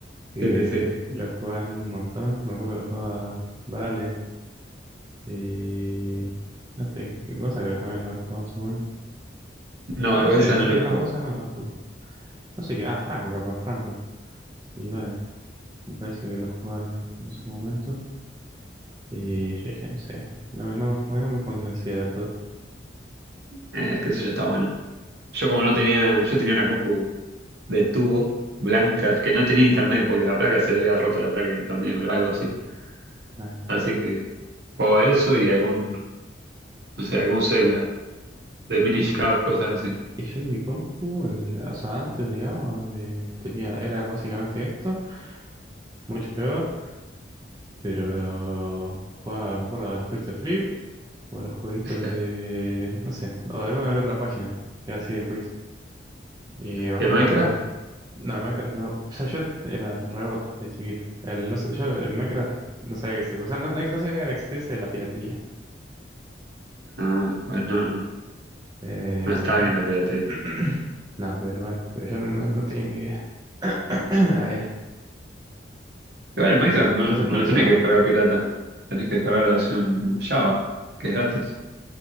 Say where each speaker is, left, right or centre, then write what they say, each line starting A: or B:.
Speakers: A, on the right; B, on the right.
A: que
B: Sí, sí, sí.
A: lo jugaban un montón. Me acuerdo que lo jugaba Valen y no sé, qué cosa creo que también lo habrá jugado en su momento.
B: No,
A: Bueno,
B: vergüenza
A: no sé, mentira,
B: no lo juego.
A: no, cosa no tampoco. No sé qué, ah, Franco, capaz, Franco. Y vale, me parece que lo jugaron en su momento. Y yo dije, no sé, no me, no me, como que no me convencía del todo.
B: Eh, qué sé yo, está bueno. Yo como no tenía, yo tenía una compu de tubo blanca, que no tenía internet porque la placa se le había roto la placa de internet o algo así.
A: Tranqui.
B: Así que jugaba eso y algún, no sé, algún Zelda de Minish
A: Y,
B: Cap, cosas así.
A: y yo en mi compu, el- o sea, antes, digamos, eh, tenía, era básicamente esto mucho peor. Pero jugaba, me acuerdo, a los jueguitos de Free o a los jueguitos
B: <laughs>
A: de, no sé, o de alguna que otra página que era así de jueguito. Y me acuerdo
B: ¿Y el Minecraft?
A: que había, no, el Minecraft no, o sea, yo era rebot de chiquito. El, no sé, yo el Minecraft no sabía que se, o sea, no, no no sabía la existencia de la piratería.
B: Ah, bueno, no, no.
A: Eh,
B: No está bien la piratería.
A: <clears throat> no, pero bueno, pero yo no, no tenía ni idea. <clears throat> Ah, ya.
B: Igual en Minecraft
A: Entonces,
B: no,
A: entonces
B: no
A: por
B: lo
A: eso
B: tenés que descargar pirata. Tenés que descargar la versión Java, que es gratis.